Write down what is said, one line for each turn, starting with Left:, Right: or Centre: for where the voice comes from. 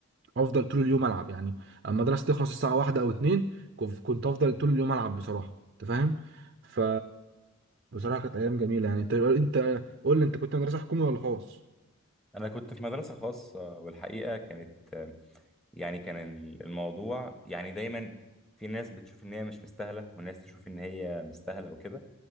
Right: افضل طول اليوم العب يعني اما المدرسه تخلص الساعه واحدة او اتنين كف- كنت افضل طول اليوم العب بصراحه انت فاهم ف بصراحه كانت ايام جميله يعني انت انت قول لي انت كنت مدرسه حكومي ولا خاص
Centre: انا كنت في مدرسة خاصة والحقيقة كانت يعني كان ال- الموضوع يعني دايما في ناس بتشوف ان هي مش مستاهلة وناس تشوف ان هي مستاهلة وكده